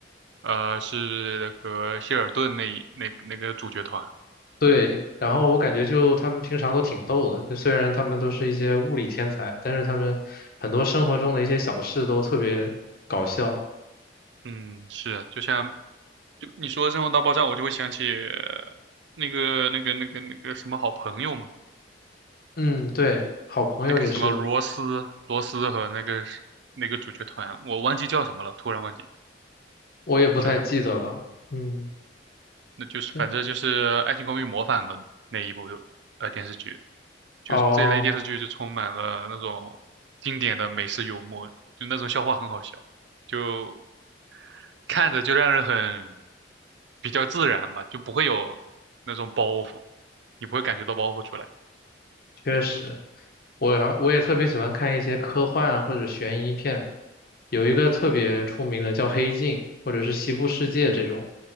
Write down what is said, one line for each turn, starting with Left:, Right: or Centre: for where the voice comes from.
Right: 呃，是那个谢尔顿那一那那个主角团。
Left: 对，然后我感觉就他们平常都挺逗的，就虽然他们都是一些物理天才，但是他们很多生活中的一些小事都特别搞笑。
Right: 嗯，是啊，就像就你说《生活大爆炸》，我就会想起呃那个那个那个那个什么好朋友嘛，
Left: 嗯，对，好朋友也是，
Right: 那个什么罗斯罗斯和那个是那个主角团，我忘记叫什么了，突然忘记。
Left: 我也不太记得了。
Right: 叫什么？
Left: 嗯，
Right: 那就是反正就是《爱情公寓》模仿的那一部
Left: 这
Right: 呃电视剧，就是这类电视剧就充满了那种经典的美式幽默，
Left: 哦，
Right: 就那种笑话很好笑，就看着就让人很比较自然吧，就不会有那种包袱，你不会感觉到包袱出来。
Left: 确实，我还我也特别喜欢看一些科幻或者悬疑片，有一个特别出名的叫《黑镜》或者是《西部世界》这种，